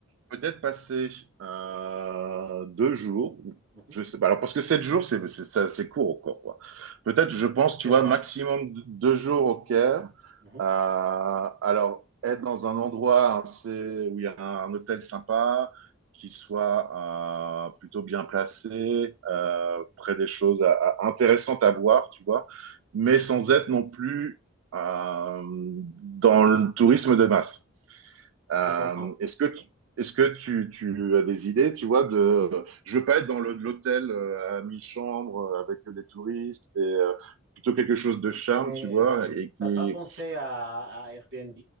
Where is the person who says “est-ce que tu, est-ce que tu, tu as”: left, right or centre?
Right